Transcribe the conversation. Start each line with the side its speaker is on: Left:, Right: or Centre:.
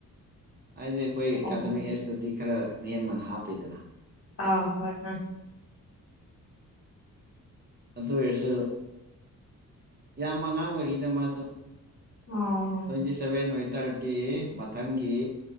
Right: ꯍꯥꯏꯗꯤ ꯑꯈꯣꯏ ꯑꯦꯀꯥꯗꯃꯤꯛ
Left: ꯑꯣ
Right: ꯑꯦꯖꯇꯗꯤ ꯈꯔ ꯅꯦꯝꯕꯅ ꯍꯥꯞꯄꯦꯗꯅ
Left: ꯑꯥꯎ ꯍꯣꯏ ꯍ
Right: ꯑꯗꯨꯑꯣꯏꯔꯁꯨ ꯌꯥꯝ ꯑꯉꯥꯡ ꯑꯣꯏꯔꯤꯗ ꯃꯥꯖꯨ
Left: ꯑꯣ
Right: ꯗꯤ ꯁꯚꯦꯟ ꯑꯣꯏꯇꯥꯔꯗꯤ ꯃꯊꯪꯒꯤ